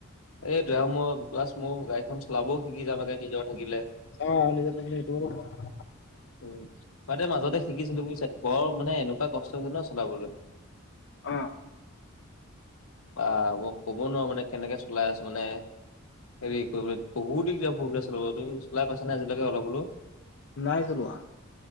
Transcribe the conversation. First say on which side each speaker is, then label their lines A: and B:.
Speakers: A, on the left; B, on the left.
A: এইটোৱে আৰু মই প্লাছ মও গাড়ীখন চলাবও শিকি যাম একে নিজৰ থাকিলে।
B: অ নিজৰ থাকিলে সেইটো বাৰু হয়।
A: উম শুৱাতে মাজতে শিকিছিলোঁ বুইছা বৰ মানে এনেকুৱা কষ্ট হৈছে ন' চলাবলৈ।
B: অহ।
A: বা ভক, ক'ব নোৱাৰো মানে কেনেকে চলাই আছোঁ মানে। হেৰি কৰিবলে বহুত দিগদাৰ অসুবিধা চলাবলে তুমি চলাই পাইছা নে আজিলেকে অলপ হ'লো?
B: নাই চলোৱা।